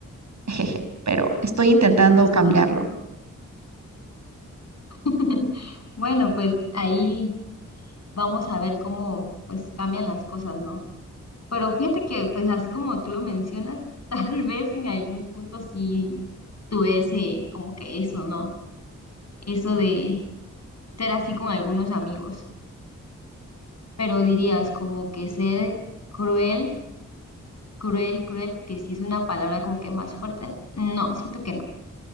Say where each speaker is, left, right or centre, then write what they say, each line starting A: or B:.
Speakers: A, on the right; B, on the left.
A: <laughs> Pero estoy intentando
B: Uy,
A: cambiarlo.
B: <laughs> Bueno, pues ahí vamos a ver cómo pues cambian las cosas, ¿no? Pero fíjate que pues así como tú lo mencionas, <laughs> tal vez en algún punto sí tuve ese como que eso, ¿no? Eso de ser así con algunos amigos, pero dirías como que ser cruel, cruel, cruel, que sí es una palabra como que más fuerte. No, siento que no,